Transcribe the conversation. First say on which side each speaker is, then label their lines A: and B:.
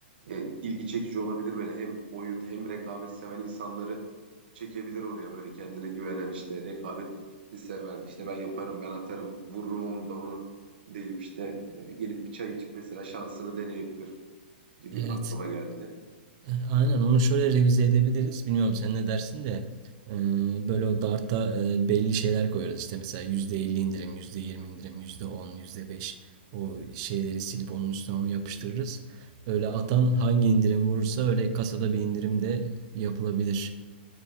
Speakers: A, on the right (about 60°); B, on the right (about 30°).
A: e, ilgi çekici olabilir böyle hem oyun hem rekabet seven insanları çekebilir oraya böyle kendine güvenen işte rekabeti seven işte ben yaparım ben atarım vururum onu da onu deyip işte e, gelip bir çay içip mesela şansını deneyebilir gibi
B: Evet.
A: aklıma geldi.
B: E, Aynen onu şöyle revize edebiliriz. Bilmiyorum sen ne dersin de e, böyle o Dart'a e, belli şeyler koyarız. İşte mesela %50 indirim, %20 indirim, yüzde on yüzde beş o şeyleri silip onun üstüne onu yapıştırırız. Öyle atan hangi indirim vurursa öyle kasada bir indirim de yapılabilir.